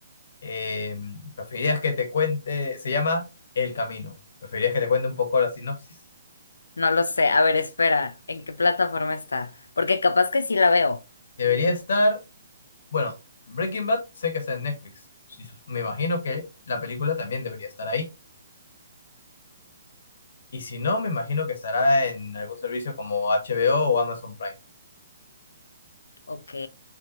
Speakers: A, on the left; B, on the left.
A: Eh, ¿preferirías que te cuente? Se llama El Camino. ¿Preferirías que te cuente un poco la sinopsis?
B: No lo sé. A ver, espera. ¿En qué plataforma está? Porque capaz que sí la veo.
A: Debería estar Bueno, Breaking Bad sé que está en Netflix. Sí, sus- Me imagino que la película también debería estar ahí. Y si no, me imagino que estará en algún servicio como HBO o o Amazon Prime.
B: Ok.